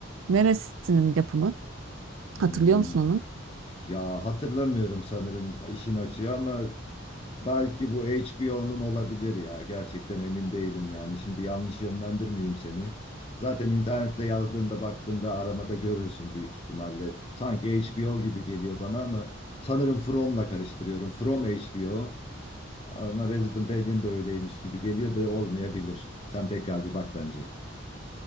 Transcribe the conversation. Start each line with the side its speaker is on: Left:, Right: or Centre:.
Right: Neresinin yapımı?
Left: Hmm,
Right: Hatırlıyor musun onu?
Left: ya hatırlamıyorum sanırım işin açığı ama belki bu HBO'nun olabilir ya. Gerçekten emin değilim yani. Şimdi yanlış yönlendirmeyeyim seni. Zaten internette yazdığında baktığında aramada görürsün büyük ihtimalle. Sanki HBO gibi geliyor bana ama sanırım From'la karıştırıyorum. From HBO ama Resident Alien de öyleymiş gibi geliyor da olmayabilir. Sen tekrar bir bak bence.